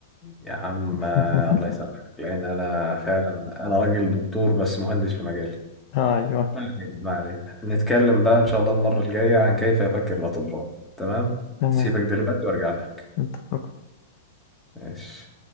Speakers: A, in the centre; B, on the left.
A: يا عم
B: <laughs>
A: آه، الله يسامحك لأن أنا فعلا أنا راجل دكتور بس مهندس في مجالي
B: اه ايوه
A: ما علينا ما علينا نتكلم بقى إن شاء الله المرة الجاية عن كيف يفكر الأطباء تمام
B: تمام
A: سيبك دلوقتي وأرجع لك
B: انت فكرت
A: ماشي